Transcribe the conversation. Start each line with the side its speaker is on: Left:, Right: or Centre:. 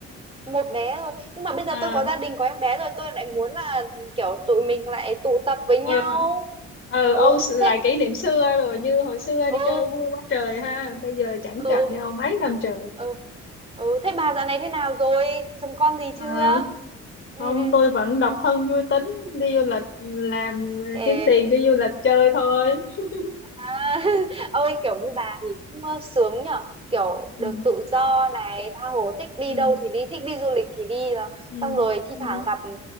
Right: một bé rồi nhưng mà bây giờ
Left: à
Right: tôi có gia đình có em bé rồi tôi lại muốn là kiểu tụi mình lại tụ tập với nhau
Left: ừ ừ
Right: ừ
Left: ô lại
Right: thế
Left: kỷ niệm xưa rồi như hồi xưa
Right: ừ
Left: đi chơi vui quá trời
Right: ừ
Left: ha
Right: ừ
Left: bây giờ chẳng
Right: ừ
Left: gặp nhau mấy năm trời
Right: ừ ừ. thế bà dạo này thế nào rồi chồng con gì
Left: à
Right: chưa ừ
Left: không
Right: ừ
Left: tôi vẫn độc
Right: ừ
Left: thân vui tính đi du lịch làm ờ, kiếm
Right: ê
Left: tiền đi du lịch chơi thôi <laughs>
Right: À, <laughs> ôi kiểu như bà thì cũng ờ, sướng nhở kiểu
Left: ừ
Right: được tự do này tha hồ thích đi
Left: ừ
Right: đâu thì đi thích đi du lịch thì đi rồi
Left: ừ
Right: xong rồi thi
Left: ừ
Right: thoảng gặp ừm,